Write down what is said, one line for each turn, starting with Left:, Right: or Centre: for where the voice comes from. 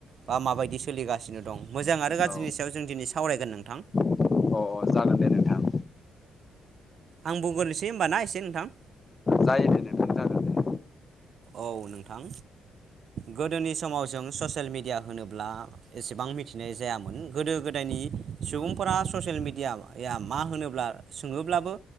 Right: बा माबायदि सोलिगासिनो दं मोजां आरो गाज्रिनि
Left: औ
Right: सायाव जों दिनै सावरायगोन नोंथां।
Left: अ अ जागोन दे नोंथां।
Right: आं बुंग्रोनोसै होमबाना एसे नोंथां।
Left: जायो दे नोंथां। जागोन दे
Right: औ नोंथां। गोदोनि समाव जों ससियेल मिडिया होनोब्ला एसेबां मिथिनाय जायामोन गोदो गोदायनि सुबुंफोरा ससियेल मिडिया मा होनोब्ला सोङोब्लाबो